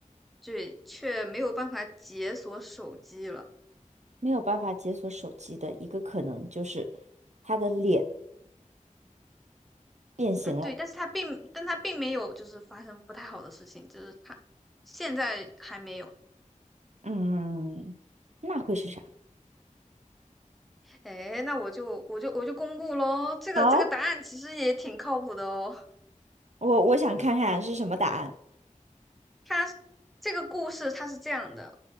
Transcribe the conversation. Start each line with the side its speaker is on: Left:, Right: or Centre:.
Centre: 对却没有办法解锁手机了。
Right: 没有办法解锁手机的一个可能就是他的脸变形了。
Centre: 呃，对，但是他并但他并没有就是发生不太好的事情，就是他现在还没有。
Right: 嗯，那会是啥？
Centre: 哎，那我就我就我就公布喽，这个这个答案其实也挺靠谱的哦。
Right: 好，我我想看看是什么答案。
Centre: 他这个故事他是这样的：